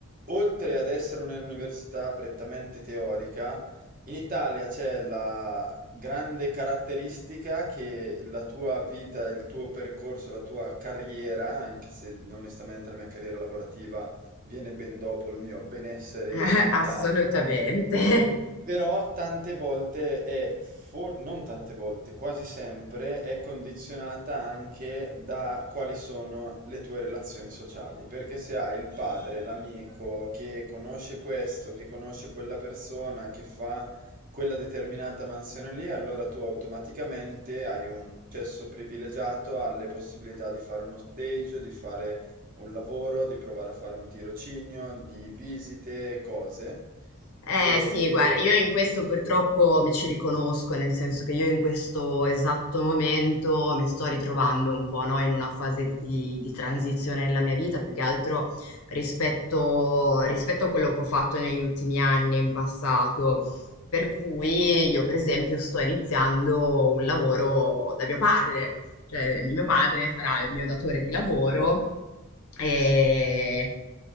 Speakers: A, on the right; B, on the left.
A: oltre ad essere un'università prettamente teorica, in Italia c'è la grande caratteristica che la tua vita, il tuo percorso, la tua carriera, anche se onestamente la mia carriera lavorativa viene ben dopo il mio benessere
B: <laughs>
A: mentale,
B: Assolutamente.
A: però tante volte è, for- non tante volte, quasi sempre è condizionata anche da quali sono le tue relazioni sociali. Perché se hai il padre, l'amico che conosce questo, che conosce quella persona, che fa quella determinata mansione lì, allora tu automaticamente hai un accesso privilegiato alle possibilità di fare uno stage, di fare un lavoro, di provare a fare un tirocinio, di visite, cose.
B: Eh
A: E,
B: sì, guarda, io in questo purtroppo mi ci riconosco, nel senso che io in questo esatto momento mi sto ritrovando un po', no, in una fase di, di transizione nella mia vita, più che altro rispetto, rispetto a quello che ho fatto negli ultimi anni in passato. Per cui io, per esempio, sto iniziando un lavoro da mio padre. Cioè, mio padre sarà il mio datore di lavoro e